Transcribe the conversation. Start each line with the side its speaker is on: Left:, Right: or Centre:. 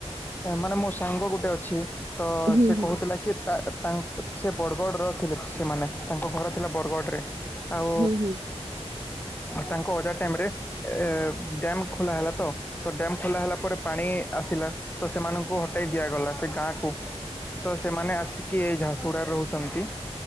Left: ମାନେ ମୋ ସାଙ୍ଗ ଗୋଟେ ଅଛି। ତ
Right: ହୁଁ
Left: ସେ
Right: ହୁଁ।
Left: କହୁଥିଲା କି ତା ତାଙ୍କ ସେ ବଡଗଡ଼ର ଥିଲେ ସେମାନେ ତାଙ୍କ ଘର ଥିଲା ବରଗଡ଼ରେ ଆଉ
Right: ହୁଁ ହୁଁ।
Left: ତାଙ୍କ ଅଜା ଟାଇମରେ ଏ ଡ୍ୟାମ୍ ଖୋଲା ହେଲା ତ। ତ ଡ୍ୟାମ ଖୋଲା ହେଲା ପରେ ପାଣି ଆସିଲା ତ ସେମାନଙ୍କୁ ହଟେଇ ଦିଆଗଲା ସେ ଗାଁକୁ। ତ ସେମାନେ ଆସିକି ଏଇ ଝାସୁଗୁଡାରେ ରହୁଛନ୍ତି।